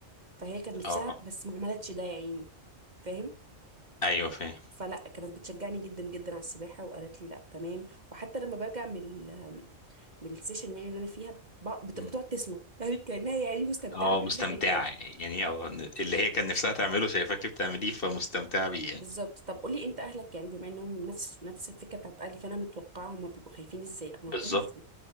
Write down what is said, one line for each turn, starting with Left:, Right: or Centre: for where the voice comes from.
Right: فهي
Left: <laughs>
Right: كان نفسها
Left: اه
Right: بس ما عملتش ده يا عيني فاهم
Left: ايوه فاهم
Right: فلا كانت بتشجعني جدا جدا على السباحه وقالت لي لا تمام وحتى لما برجع من ال... من السيشن يعني اللي انا فيها ب... بت...
Left: مم.
Right: بتقعد تسمع <laughs> يعني كانها يعني مستمتعه
Left: اه
Right: بحاجه
Left: مستمتعه
Right: زي كده
Left: يعني اه اللي هي كان نفسها تعمله شايفاكي بتعمليه فمستمتعه بيه يعني.
Right: بالظبط طب قولي انت اهلك يعني بما انهم نفس نفس الفكره بتاعت اهلي فانا متوقعه هم بيبقوا خايفين ازاي اقنعتهم
Left: بالظبط
Right: ازاي